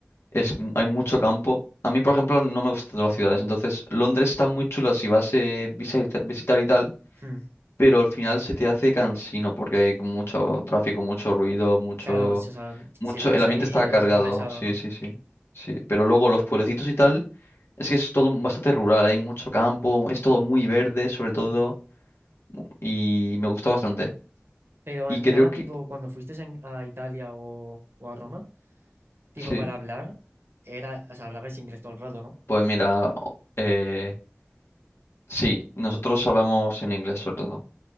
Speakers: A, on the left (about 70°); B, on the right (about 60°).
A: es, m- hay mucho campo. A mí, por ejemplo, no me gustan tanto las ciudades, entonces Londres está muy chulo si vas a visitar, visitar y tal,
B: mm.
A: pero al final se te hace cansino porque hay mucho tráfico, mucho ruido, mucho,
B: Claro, o sea,
A: mucho,
B: si vives
A: el ambiente
B: ahí
A: está
B: es
A: cargado,
B: muy pesado,
A: sí,
B: ¿no?
A: sí, sí, sí. Pero luego los pueblecitos y tal, es que es todo bastante rural, hay mucho campo, es todo muy verde, sobre todo,
B: Mm.
A: y me gusta bastante.
B: Pero
A: Y
B: en
A: creo
B: tema
A: que
B: tipo, cuando fuiste en- a Italia o, o a Roma, tipo
A: sí,
B: para hablar, era, o sea, hablabais inglés todo el rato, ¿no?
A: pues mira, eh, sí, nosotros hablamos en inglés sobre todo.